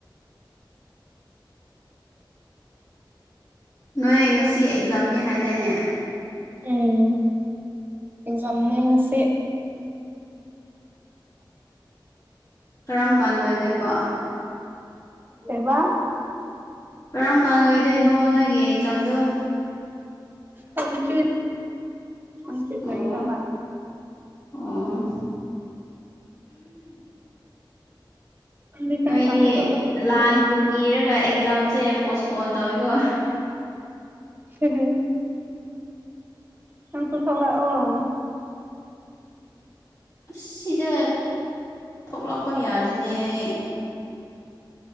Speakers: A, on the left; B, on the right.
A: ꯅꯣꯏ ꯉꯁꯤ ꯑꯦꯛꯖꯥꯝꯅꯦ ꯍꯥꯏꯗꯥꯏꯅꯦ
B: ꯎꯝ ꯑꯦꯖꯝꯅ ꯉꯁꯦ
A: ꯀꯔꯝ ꯀꯥꯟꯗꯣꯗꯦꯕ
B: ꯀꯕꯥ
A: ꯀꯔꯝ ꯀꯥꯟ ꯂꯣꯏꯗꯣꯏꯅꯣ ꯅꯣꯏꯒꯤ ꯑꯦꯛꯖꯥꯝꯗꯣ
B: ꯄꯨꯆ ꯄꯆꯤꯁ ꯂꯒꯗꯕ
A: ꯑꯣ ꯑꯣ
B: ꯅꯪꯗꯤ ꯀꯔꯝ
A: ꯅꯣꯏꯗꯤ
B: ꯀꯥꯟꯗ ꯊꯣꯛꯂꯛꯇꯣꯏꯅꯣ
A: ꯂꯥꯟꯕꯨ ꯀꯤꯔꯒ ꯑꯦꯛꯖꯥꯝꯁꯦ ꯄꯣꯁꯄꯣꯟ ꯇꯧꯋꯤꯀꯣ
B: ꯍꯝ ꯍꯝ ꯁꯪꯁꯨꯁꯂ ꯑꯣ
A: ꯑꯁ ꯁꯤꯗ ꯊꯣꯛꯂꯛꯄ ꯌꯥꯗꯤꯅꯦ ꯑꯩ